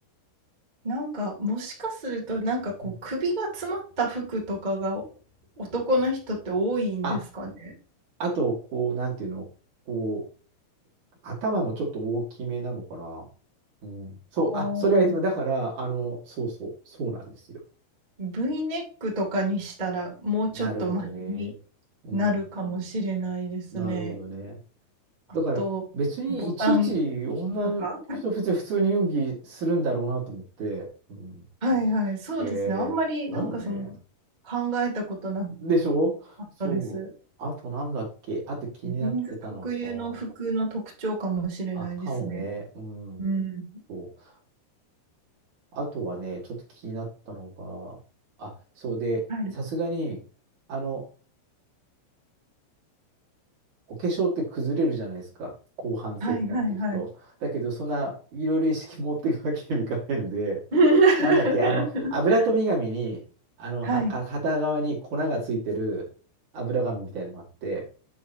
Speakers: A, on the right; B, on the right.
A: なんか、もしかすると、なんかこう、
B: うん
A: 首が詰まった服とかが、男の人って多いんですかね。
B: あ、あと、こう、なんていうの、こう、頭もちょっと大きめなのかな。うん。そう、
A: あ
B: あ、それは言ってただから、
A: あ。
B: あの、そうそう、そうなんですよ。
A: V ネックとかにしたら、もうちょっとマシに
B: なるほどね。うん。
A: なるかもしれないですね。
B: なるほどね。
A: あと、
B: だから、別にいちいち女の人、
A: ボタンとか。
B: 別に普通に遊戯するんだろうなと思って。うん。
A: はいはい、そうですね。
B: へえ、
A: あんまり、なんかその、
B: だよね。
A: 考えたことな
B: でしょそう。
A: かったです。
B: あとなんだっけあと気になってたのか。
A: 人ンズ特有の服の特徴かもしれないですね。
B: あ、かもね。うん。
A: うん。
B: そう。あとはね、ちょっと気になったのが、あ、そうで、
A: はい。
B: さすがに、あの、お化粧って崩れるじゃないですか。後半戦になっていくと。
A: はいはいはい。
B: だけど、そんないろいろ意識持っていくわけにもいかないので、
A: <laughs>
B: なんだっけ、あの、油飛び紙に、あの、
A: はい。
B: は、か片側に粉がついてる油紙みたいなのがあって、